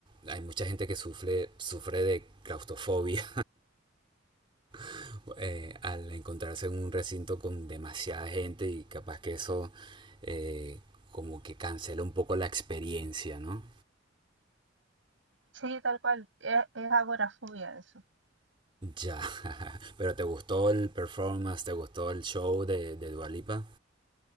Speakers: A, on the right (about 25°); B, on the right (about 75°).
A: hay mucha gente que sufre, sufre de claustrofobia <laughs> eh, al encontrarse en un recinto con demasiada gente y capaz que eso eh, como que cancela un poco la experiencia, ¿no?
B: Sí, tal cual. Es, es agorafobia eso.
A: Ya, <laughs> pero ¿te gustó el performance? ¿Te gustó el show de, de Dua Lipa?